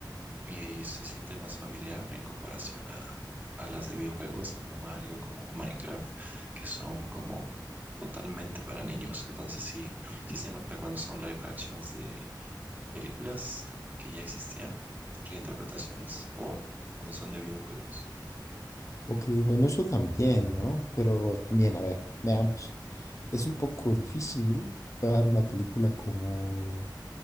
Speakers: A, on the right (about 20°); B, on the left (about 40°).
A: y se siente más familiar en comparación a, a las de videojuegos como Mario, como Minecraft, que son como totalmente para niños, entonces sí, sí se nota cuando son live actions de películas que ya existían, reinterpretaciones o cuando son de videojuegos.
B: Ok, bueno, eso también, ¿no? Pero también, a ver, veamos. Es un poco difícil crear una película como